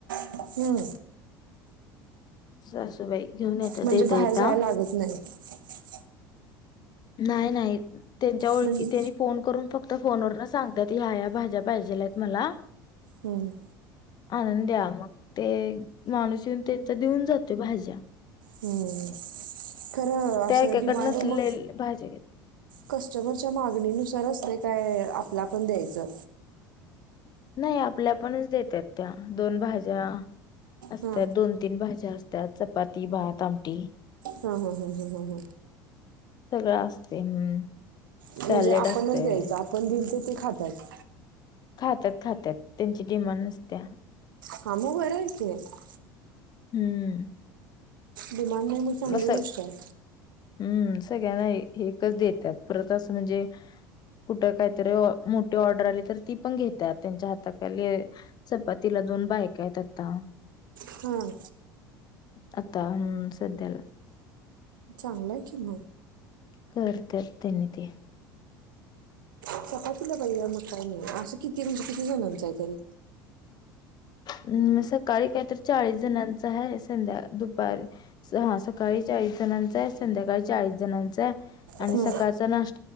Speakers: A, on the right; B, on the left.
A: हम्म.
B: सासूबाई, घेऊन येतात
A: म्हणजे
B: येता
A: बाहेर
B: येता
A: जाय लागत नाही. हो <unintelligible>
B: नाही नाही. त्यांच्या ओळकी
A: म्हणजे
B: त्यानी फोन करून फक्त फोनवर न सांगतात ह्या ह्या भाज्या पाहिजेल आहेत मला.
A: हम्म
B: आणूंद्या, मग ते माणूस येऊन त्यांचा देऊन जातोय भाज्या
A: हम्म. खरं अस
B: त्या एकाकडनच
A: डिमांड
B: लय
A: मग,
B: भाज्या घेतात
A: कस्टमरच्या मागणीनुसार असतंय. काय आपलं आपण द्यायचं
B: नाही आपल्या आपणच देतात त्या, दोन भाज्या असतात
A: हां
B: दोन तीन भा अस्तात चपाती भात आमटी
A: हॊ हॊ हॊ हॊ हॊ हॊ
B: सगळं असते हम्म
A: म्हणजे
B: सॅलेड
A: आपणच
B: असतय.
A: द्यायचं, आपण दिल त ते खातात
B: खातात खात्यात त्यांची डिमांड नसत्या.
A: हा मू घैर थ <unintelligible>
B: हम्म
A: डिमांड नाही, म चांगली
B: असं हम्म स-
A: गोष्ट आहे.
B: हम्म सगळ्यांना एकच देतात, परत असं म्हणजे, कुठे काहीतरी मोठी ऑर्डर आली तर ती पण घेतात, त्यांच्या हाताखाली चपातीला दोन बायका आहेत आता,
A: हां
B: आता हूं सद्ध्याला
A: चांगलंय कि मग
B: कर तर त्यांनी ते
A: सप तला पाईया मकानी अस <unintelligible> किती म्हणजे किती जणांच हाय तरी?
B: हम् सकाळी काही तर चाळीस जणांच आहे. संध्या, दुपारी, हा सकाळी चाळीस जणांचा आहे. संध्याकाळी चाळीस जणांचा आहे. आणि
A: हम्म.
B: सकाळचा नाश् <unintelligible>